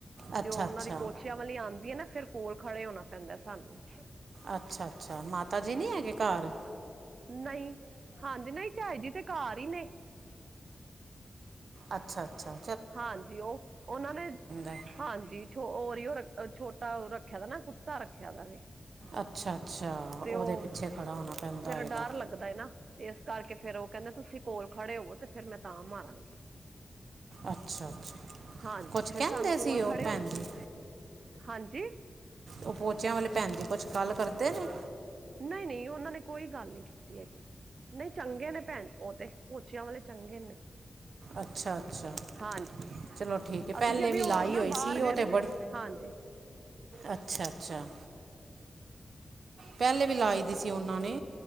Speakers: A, on the right; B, on the right.
A: ਅੱਛਾ
B: ਤੇ ਓ ਓਨਾਂ
A: ਅੱਛਾ
B: ਦੀ ਪੋਛ ਪੋਚਿਆ ਵਾਲੀ ਆਂਦੀ ਏ ਨਾ, ਫੇਰ ਕੋਲ ਖੜੇ ਹੋਣਾ ਪੈਂਦੈ ਸਾਨੂੰ
A: ਅੱਛਾ-ਅੱਛਾ ਮਾਤਾ ਜੀ ਨੀ ਹੈਗੇ ਘਾਰ?
B: ਨਈ, ਹਾਂਜੀ ਨਈ, ਚਾਈ ਜੀ ਤੇ ਘਾਰ ਈ ਨੇ
A: ਅੱਛਾ-ਅੱਛਾ।
B: ਹਾਂਜੀ, ਓ ਓਨਾਂ ਨੇ,
A: ਹੈ
B: ਹਾਂਜੀ। ਛੋ ਓ ਓਰਿਓ, ਰਖ ਛੋਟਾ ਓ, ਰੱਖਿਆ ਦਾ ਨਾ, ਕੁੱਤਾ ਰੱਖਿਆ ਦਾ ਵੇ
A: ਅੱਛਾ-ਅੱਛਾ
B: ਤੇ
A: ਓਦੇ
B: ਉਹ
A: ਪਿੱਛੇ ਖੜਾ ਹੋਨਾ ਪੈਂਦਾ
B: ਫਿਰ
A: ਹੋਏਗਾ।
B: ਡਰ ਲੱਗਦਾ ਹੈ ਨਾ ਤੇ ਇਸ ਕਰਕੇ ਫੇਰ ਓ ਕੈਂਦੇ ਤੁਸੀਂ ਕੋਲ ਖੜੇ ਹੋਵੋ ਤੇ ਫੇਰ ਮੈਂ ਤਾਂ ਮਾਰਾਂਗੀ।
A: ਅੱਛਾ-ਅੱਛਾ,
B: ਹਾਂਜੀ
A: ਕੁਛ
B: ਫਿਰ
A: ਕੈਂਦੇ
B: ਸਾਨੂੰ
A: ਸੀ
B: ਕੋਲ ਖੜੇ
A: ਓ ਭੈਨ
B: ਹੋਣ
A: ਜੀ।
B: ਹਾਂਜੀ?
A: ਓ ਪੋਚੇਆਂ ਵਾਲੇ ਭੈਨ ਜੀ ਕੁਛ ਗੱਲ ਕਰਦੇ ਨੇ?
B: ਨਈ-ਨਈ ਓਨਾਂ ਨੇ ਕੋਈ ਗੱਲ ਨੀ ਕੀਤੀ ਐ‍ਗੀ। ਨਈ ਚੰਗੇ ਨੇ ਭੈਨ ਓ ਤੇ, ਪੋਚੇਆਂ ਵਾਲੇ ਚੰਗੇ ਨੇ।
A: ਅੱਛਾ ਅੱਛਾ
B: ਹਾਂਜੀ।
A: ਚਲੋ ਠੀਕ ਏ,
B: ਅਸੀਂ
A: ਪੈਲੇ
B: ਕਿ
A: ਵੀ
B: ਉਹ
A: ਲਾਈ
B: ਨਾ
A: ਓਈ
B: ਬਾਹਰ
A: ਸੀ
B: ਗਏ
A: ਓ
B: ਦੇ
A: ਤੇ
B: ਨੇ
A: ਬੜ
B: ਹਾਂਜੀ
A: ਅੱਛਾ-ਅੱਛਾ। ਪੈਲੇ ਵੀ ਲਾਈ ਦੀ ਸੀ ਓਨਾ ਨੇ